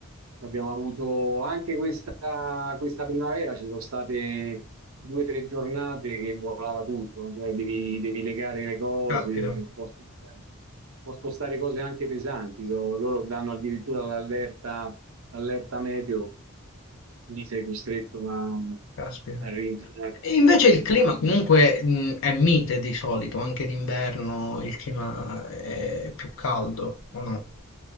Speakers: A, on the right; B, on the left.
A: abbiamo avuto anche questa, questa primavera, ci sono state due o tre giornate che volava tutto, no? cioè devi, devi legare le cose,
B: Caspita,
A: può spostare, può spostare cose anche pesanti, so- loro danno addirittura l'allerta allerta meteo, lì sei costretto a,
B: caspita.
A: a rientrarti
B: E invece il
A: in
B: clima
A: campo.
B: comunque mh, è mite di solito, anche d'inverno il clima è più caldo, o no?